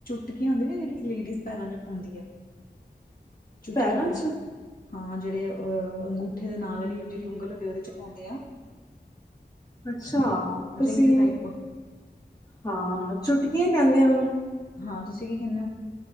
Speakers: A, on the left; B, on the left.
A: ਟਿਕੀ ਹੁੰਦੀ ਨਾ ਜਿਹੜੀ ਲੇਡੀਜ਼ ਪੈਰਾਂ ਚ ਪਾਉਂਦੀ ਐ। ਚੁਟਕੀਆਂ
B: ਪੈਰਾਂ 'ਚ
A: ਹਾਂ, ਜਿਹੜੇ ਅਹ ਅੰਗੂਠੇ ਦੇ ਨਾਲ ਆਲੀ ਜਿਹੜੀ ਉਂਗਲ ਹੁੰਦੀ ਆ ਉਹਦੇ ਚ ਪਾਉਂਦੇ ਆ।
B: ਅੱਛਾ, ਤੁਸੀਂ
A: ਰਿੰਗ ਟਾਈਪ
B: ਹਾਂ ਚੁਟਕੀ ਈ ਕਹਿੰਦੇ ਆ ਉਹਨੂੰ।
A: ਹਾਂ, ਤੁਸੀਂ ਕੀ ਕਹਿੰਨੇ ਔ?